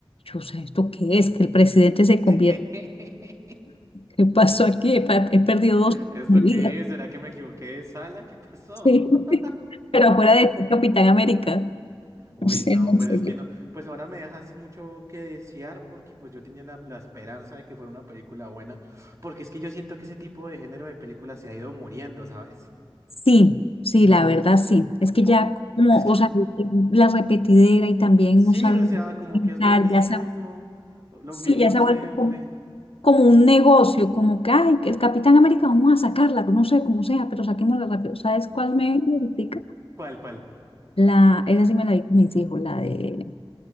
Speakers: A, on the left; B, on the right.
A: yo sé, ¿esto qué es? Que el presidente se convierte,
B: <laughs>
A: ¿qué pasó aquí? He, pa- he perdido dos
B: ¿esto
A: de vida.
B: qué es? ¿Será que me equivoqué de sala? ¿Qué pasó?
A: Sí, <laughs>
B: <laughs>
A: pero afuera de este Capitán América, <laughs>
B: Uy,
A: no sé,
B: no,
A: no
B: pues
A: sé.
B: es que no, pues ahora me dejas mucho que desear porque pues yo tenía la, la esperanza de que fuera una película buena, porque es que yo siento que ese tipo de género de películas se ha ido muriendo, ¿sabes?
A: Sí, sí, la verdad sí. Es que
B: Po-
A: ya como,
B: es que
A: o sea, la repetidera y también
B: Sí,
A: no saben
B: o sea, como
A: pintar,
B: que es lo mismo,
A: ya se, ha-
B: lo
A: sí,
B: mismo
A: ya se
B: siempre.
A: ha vuelto como, como un negocio, como que, ay, que el Capitán América, vamos a sacarla, no sé cómo sea, pero saquémosla rápido. ¿Sabes cuál me vi ahoritica?
B: ¿Cuál, cuál?
A: La, esa sí me la vi con mis hijos, la de